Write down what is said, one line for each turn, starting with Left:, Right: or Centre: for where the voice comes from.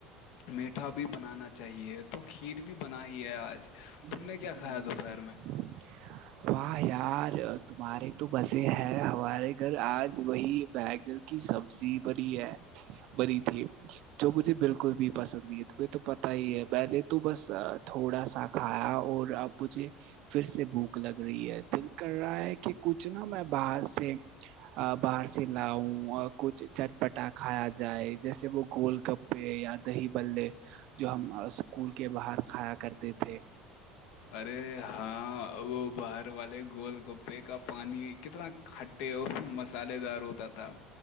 Left: میٹھا بھی بنانا چاہیے تو کھیر بھی بنا ہی ہے آج
Right: <unintelligible>
Left: تم نے کیا کھایا <inaudible>
Right: واہ یار تمہارے تو بسے ہے ہمارے گھر آج وہی بہ گ کی سبزی بڑ ہے بری تھی جو مجھے بالکل بھی پسند نہیں ہے تمہیں تو پتا ہی ہے میں نے تو بس تھوڑا سا کھایا اور آپ مجھے پھر سے بھوک لگ رہی ہے دل کر رہا ہے کہ کچھ نہا میں باہر سے باہر سے لاؤ اور کچھ چٹپٹا کھایا جائے جیسے وہ گول کپ پہ یا دہی بلے جو ہم اسکول کے باہر کھایا کرتے تھے
Left: ارے ہاں وہ باہر والے گول گپے کا پانی کتنا کھ ٹیی مسالحے دار ہوتا تھا